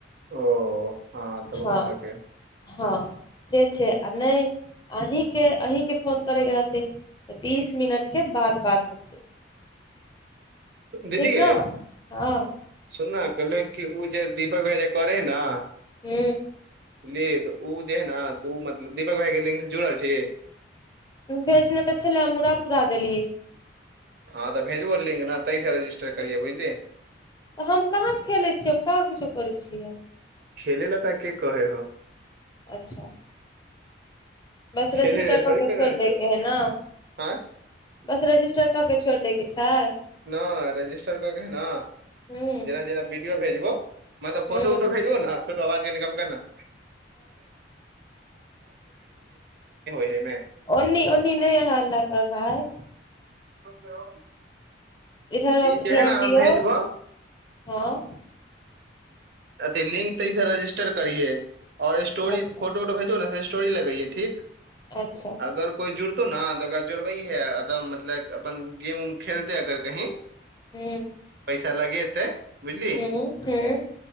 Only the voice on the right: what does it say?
ओ ह तऽ
भ सकैया।
त दीदी
गैय
सुनना कहलो कि ओ जे दीपक भैया जे करय हय न
बलीही तऽ ऊ जे हय ने त मतलब दीपक भाई के ललिंक से जुड़ल छीही?
हँ तऽ भेजबव लिंक ने तैसे रजिस्टर करियए बुझली।
खेले ल तोरा के कहैे हव।
खेले ले
थोड़ी
कहि
रहल
छियौ
आँय
नय रजिस्टर कके ने
जेना जेना विडियो भेजबव मतलब फोटो
उटो भेजबव ने छोट आवाज के कम करना। है एमे
<unintelligible>
ई
जे
है ने
हम भेजबो
अथी लिंक त रजिस्टर करिहे और स्टोरी
फोटो वोटोे जे भेजबौ ने से एस स्टोरी लगइहे ठीक
अगर कोइ जुड़तौ न ने तऽ ओकरा जुड़बै हेदम मतलब अपन गेम उम खेलते अगर कही
पैसा लगेतै बुझली